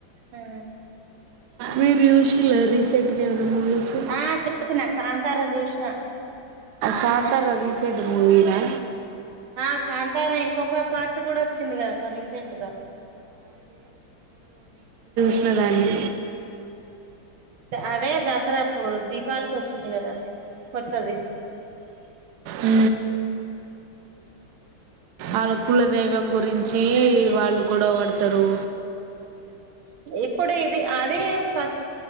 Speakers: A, on the right; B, on the right.
A: హా
B: మీరు జూషిల్ల రీసెంట్ గా ఏమైనా మూవీస్
A: ఆ చూసిన కాం తారా జూష్ణా
B: కాంతార రీసెడ్ మూవి నా
A: ఆ కాంతారా ఇంకొక పార్ట్ గూడా వచ్చింది కదా రీసెంట్ గా
B: న దాన్ని
A: అదే దసరా అప్పుడు దీపావలికి వచ్చింది కదా కొత్తది
B: ఆ అలాకులది దైవం గురించి వాళ్ళు గొడవ బడతారు
A: ఇప్పుడు ఇది అది ఫస్ట్